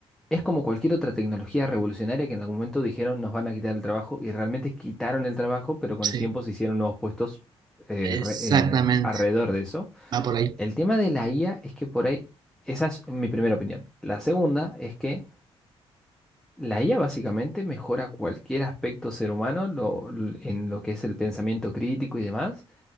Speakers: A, in the centre; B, on the right.
A: Es como cualquier otra tecnología revolucionaria que en algún momento dijeron nos van a quitar el trabajo y realmente quitaron el trabajo, pero con
B: sí,
A: el tiempo se hicieron nuevos puestos eh,
B: exactamente,
A: re- eh, alrededor de eso.
B: va por ahí.
A: El tema de la IA es que por ahí, esa es mi primera opinión. La segunda es que la IA básicamente mejora cualquier aspecto ser humano lo- l- en lo que es el pensamiento crítico y demás.